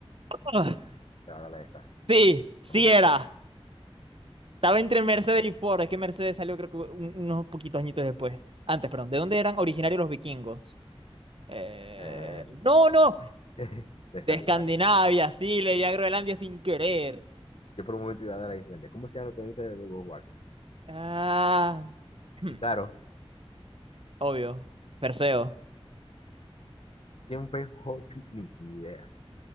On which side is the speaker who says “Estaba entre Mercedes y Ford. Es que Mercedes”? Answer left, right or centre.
Right